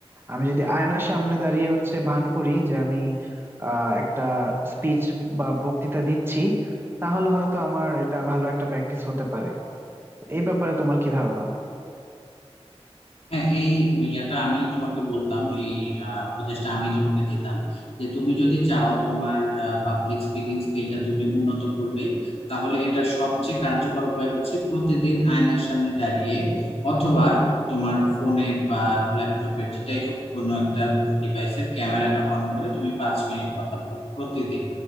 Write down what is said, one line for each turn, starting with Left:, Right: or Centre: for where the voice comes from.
Right: আমি যদি আয়নার সামনে দাঁড়িয়ে হচ্ছে ভান করি যে আমি আহ একটা স্পিচ বা বক্তৃতা দিচ্ছি তাহলে হয়তো আমার এটা ভালো একটা প্র্যাকটিস হতে পারে এই ব্যাপারে তোমার কি ধারণা
Left: হ্যাঁ এই ইয়াটা আমি তোমাকে বলতাম এই আহ, উপদেশটা আমি তোমাকে দিতাম যে তুমি যদি চাও তোমার পাবলিক স্পিকিং স্কিলটা তুমি উন্নত করবে তাহলে এটা সবচেয়ে কার্যকর উপায় হচ্ছে প্রতিদিন আয়নার সামনে দাঁড়িয়ে অথবা তোমার ফোনের বা ল্যাপটপের যেটাই হোক কোনো একটা ডিভাইসের ক্যামেরাটা অন করে তুমি পাঁচ মিনিট কথা বলবে প্রতিদিন